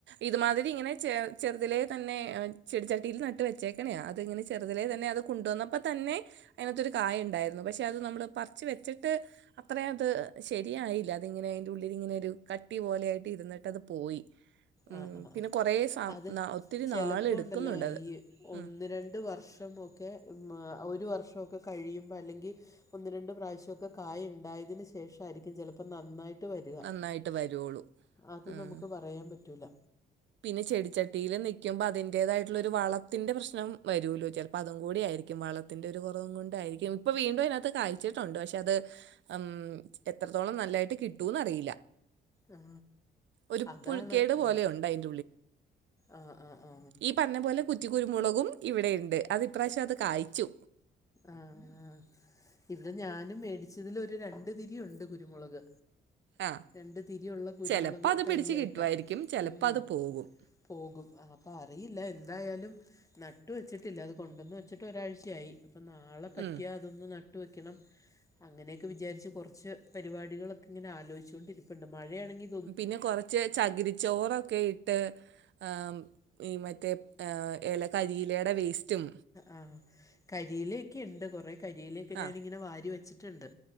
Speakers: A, on the right (about 65°); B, on the left (about 15°).
A: ഇതുമാതിരി ഇങ്ങനെ ചെറുതിലെ തന്നെ ചെടിച്ചട്ടിയിൽ നട്ട് വെച്ചേക്കണെയാണ്. അതി ഇങ്ങനെ ചെറുതലേ തന്നെ അത് കൊണ്ടുവന്നപ്പോൾ തന്നെ അതിനാത്തെരു കായ് ഉണ്ടായിരുന്നു. പക്ഷെ അത് നമ്മള് പറച്ച് വെച്ചിട്ട് അത്രയും അത് ശരിയായില്ല. അതിങ്ങനെ അതിന്റെ ഉള്ളിൽ ഇങ്ങനെ ഒരു കട്ടി പോലെയായിട്ട് ഇരിട്ട് അത് പോയി. ഉം,
B: ആഹ് ആ ആ
A: പിന്നെ കുറേ സാ
B: അത്
A: നാ- ഒത്തിരി
B: ചിലപ്പോ
A: നാളെടുക്കുന്നുണ്ടത്
B: ഉണ്ടല്ലോ ഈ ഒന്ന്
A: ഉം.
B: രണ്ട് വർഷം ഒക്കെ ഒരു വർഷമൊക്കെ കഴിയുമ്പോൾ അല്ലെങ്കി ഒന്ന് രണ്ട് പ്രാവശ്യം ഒക്കെ കായ ഇണ്ടായതിന് ശേഷം ആയിരിക്കും ചിലപ്പോ നന്നായി വരിക
A: നന്നായിട്ട് വരുള്ളൂ
B: അത്
A: ഉം
B: നമ്മുക്ക് പറയാൻ പറ്റൂല
A: പിന്നെ ചെടിച്ചട്ടിയിൽ നിൽക്കുമ്പോ അതിന്റേതായിട്ടുള്ള ഒരു വളത്തിന്റെ പ്രശ്നം വരുല്ലോ ചിലപ്പോ അതും കൂടിയായിരിക്കും വള ത്തിന്റെ ഒരു കുറവും കൊണ്ടായിരിക്കും ഇപ്പൊ വീണ്ടും അതിനകത്ത് കാഴ്ചിട്ടുണ്ട് പക്ഷെ അത് ഇം എത്രത്തോളം നല്ലായിട്ട് കിട്ടൂന്ന് അറിയില്ല.
B: ആ
A: ഒരു
B: അതാണ്
A: പുഴക്കേട് പോലെ
B: ഉം.
A: ഉണ്ട് അയ്ന്
B: ആ ആ ആ
A: ഈ പറഞ്ഞ പോലെ കുറ്റി കുരുമുളകും ഇവിടെ ഉണ്ട്. അത് ഇപ്രാവശ്യം അത് കായ്ച്ചു.
B: ആആ ഇവിടെ ഞാനും മേടിച്ചതിൽ ഒരു രണ്ട് തിരി ഉണ്ട് കുരുമുളക്.
A: ആ
B: രണ്ട് തിരിയ ഉള്ള കുരുമുളക്
A: ചിലപ്പോൾ അത്
B: തയ്യായായിട്ടാ.
A: പിടിച്ച് കിട്ടുമായിരിക്കും ചിലപ്പോൾ
B: ഉം.
A: അത് പോകും
B: പോകും. അപ്പം അറിയില്ല എന്തായാലും നട്ട് വെച്ചിട്ടില്ല. അത് കൊണ്ടുവന്ന് വെച്ചിട്ട് ഒരാഴ്ചയായി. അപ്പം നാളെ പറ്റിയാൽ
A: ഉം.
B: അതൊന്ന് നട്ട് വെക്കണം. അങ്ങനെയൊക്കെ വിചാരിച്ച് കുറച്ച് പരിപാടികളൊക്കെ ഇങ്ങനെ ആലോജിച്ചു കൊണ്ട് ഇരിപ്പുണ്ട്. മഴയാണെങ്കി
A: പിന്നെ കുറച്ച് ചകിരിച്ചോറൊക്കെ ഇട്ട് ആഹ് മറ്റേ ഇലക്കരിയിലയുടെ വേ സ്‌റ്റും
B: ആഹ് കരിയിലൊക്കെ ഉണ്ട്. കൊറെ കരിയിലൊക്കെ
A: ആ
B: ഞാനിങ്ങനെ വാരി വെച്ചിട്ടുണ്ട്.